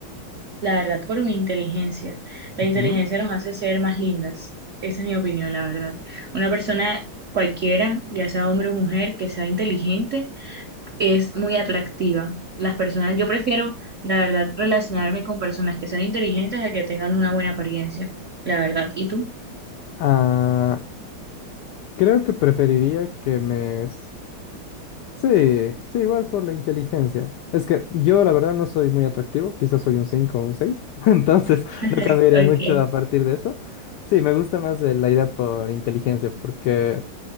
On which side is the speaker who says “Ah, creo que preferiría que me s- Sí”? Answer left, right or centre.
Left